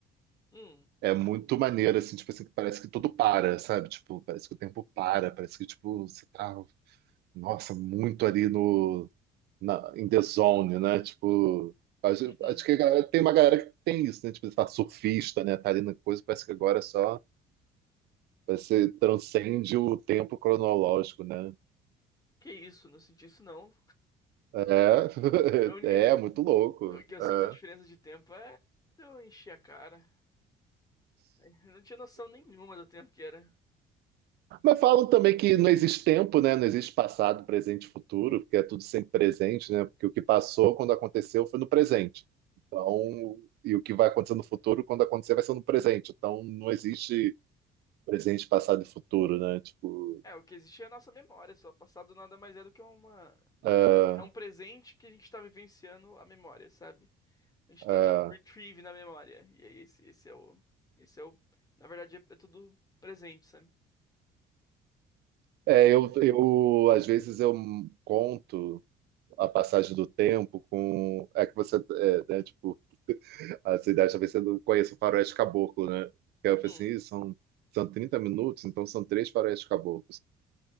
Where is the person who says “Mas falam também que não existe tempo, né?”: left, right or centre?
Right